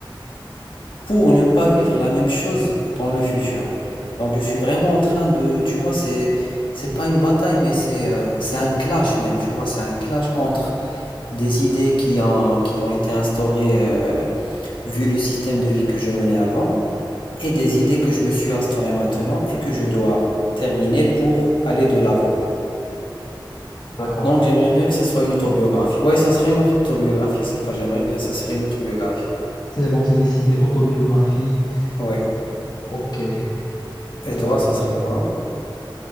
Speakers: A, on the left; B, on the left.
A: pour ne pas vivre la même chose dans le futur. Donc je suis vraiment en train de, tu vois, c'est c'est pas une bataille, mais c'est euh, c'est un clash même, tu vois, c'est un clash entre des idées qui ont, qui ont été instaurées euh, vu le système de vie que je menais avant et des idées que je me suis instaurées maintenant et que je dois terminer pour aller de l'avant.
B: D'accord.
A: Donc j'aimerais bien que ça soit une autobiographie. Ouais, ça serait une autobiographie, c'est pas j'aimerais bien, ça serait une autobiographie.
B: C'est bon, c'est décidé. Autobiographie.
A: Ouais.
B: Ok.
A: Et
B: Euh,
A: toi, ça serait quoi?